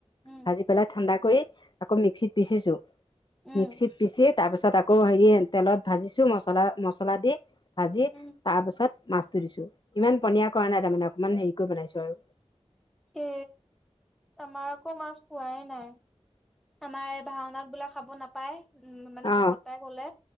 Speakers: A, in the centre; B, on the left.
A: উম
B: ভাজি পেলাই ঠাণ্ডা কৰি আকৌ মিক্সিত পিচিছো।
A: উম
B: মিক্সিত পিচি তাৰ পিছত, তাত আকৌ হেৰি তেলত ভাজিছো মছলা মছলা দি ভাজি
A: উম
B: তাৰ পাছত মাছটো দিছো। ইমান পনীয়া কৰা নাই তাৰমানে অকমান হেৰিকৈ বনাইছো আৰু,
A: এ আমাৰ আকৌ মাছ খোৱাই নাই। আমাৰ এই ভাওনাত বোলে খাব নাপায় উম মানে
B: অ
A: ভকত এটাই কলে।